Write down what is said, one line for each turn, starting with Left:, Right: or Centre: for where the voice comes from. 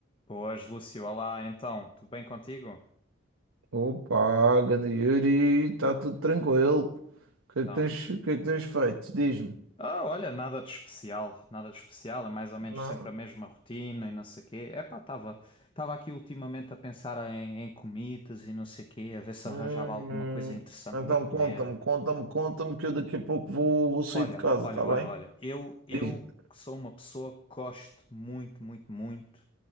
Left: Boas, Lúcio. Olá, então, tudo bem contigo?
Right: Opa, ganda Yuri, está tudo tranquilo. O que é
Left: Então.
Right: que tens, o que é que tens feito? Diz-me.
Left: Ah, olha, nada de especial, nada de especial, é mais ou menos
Right: Nada.
Left: sempre a mesma rotina e não sei o quê. Epá, estava estava aqui ultimamente a pensar em, em comidas e não sei o quê, a ver se
Right: Hum,
Left: arranjava alguma coisa interessante
Right: então
Left: para comer.
Right: conta-me, conta-me, conta-me que eu daqui a pouco vou, vou sair
Left: Olha,
Right: de casa,
Left: olha,
Right: está
Left: olha,
Right: bem?
Left: olha, eu, eu
Right: Diz-me.
Left: que sou uma pessoa que gosto muito, muito, muito.